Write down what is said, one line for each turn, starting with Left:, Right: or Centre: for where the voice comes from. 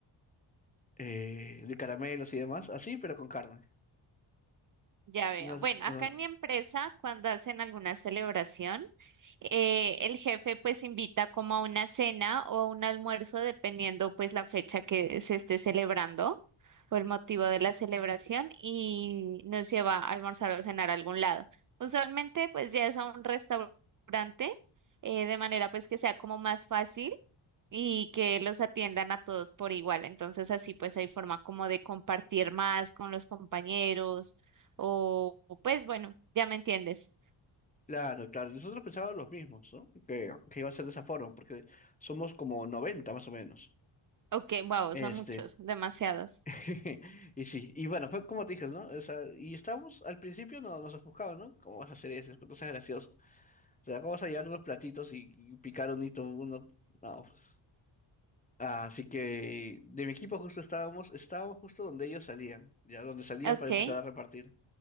Left: eh, de caramelos y demás, así, pero con carne.
Right: Ya veo.
Left: Y nos,
Right: Bueno,
Left: nos-
Right: acá en mi empresa, cuando hacen alguna celebración, eh, el jefe pues invita como a una cena o a un almuerzo, dependiendo pues la fecha que se esté celebrando o el motivo de la celebración y nos lleva a almorzar o cenar a algún lado. Usualmente pues ya es a un restaurante, eh, de manera pues que sea como más fácil y que los atiendan a todos por igual. Entonces así pues hay forma como de compartir más con los compañeros o, o, pues bueno, ya me entiendes.
Left: claro, claro. Y nosotros pensábamos los mismos ¿no? Que, que iba a ser de esa forma, porque somos como 90 más o menos.
Right: Ok, wow,
Left: Este.
Right: son muchos, demasiados.
Left: <laughs> Y sí, y bueno, fue como te dije, ¿no? O sea, y estábamos, al principio no, nos ofuscaba, ¿no? ¿Cómo vas a hacer eso? No seas gracioso. O sea, ¿cómo vas a llevar unos platitos y, y picar un hito uno? No, pues. Así que de mi equipo justo estábamos, estábamos justo donde ellos salían, ya donde salían
Right: Ok,
Left: para empezar
Right: y
Left: a repartir.